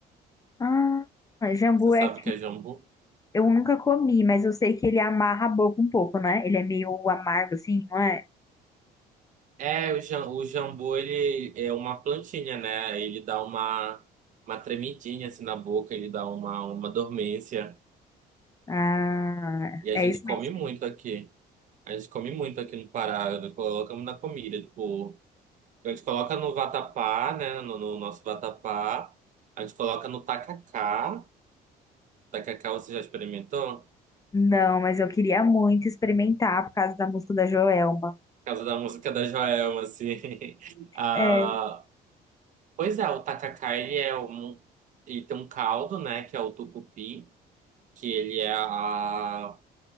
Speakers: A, on the left; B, on the right.
A: Ah, jambu
B: Você sabe
A: é que
B: o que é jambu?
A: eu nunca comi, mas eu sei que ele amarra a boca um pouco, né? Ele é meio amargo, assim, não é?
B: É, o, jam, o jambu, ele é uma plantinha, né? Ele dá uma, uma tremidinha assim na boca, ele dá uma, uma dormência.
A: Ah,
B: E a
A: é
B: gente
A: isso
B: come
A: mesmo.
B: muito aqui. A gente come muito aqui no Pará, nós colocamos na comida, tipo, a gente coloca no vatapá, né, no, no nosso vatapá, a gente coloca no tacacá. Tacacá, você já experimentou?
A: Não, mas eu queria muito experimentar por causa da música da Joelma.
B: causa da música da Joelma, assim. <laughs> Ah,
A: É.
B: pois é, o tacacá, ele é um... Ele tem um caldo, né, que é o tucupi, que ele é a...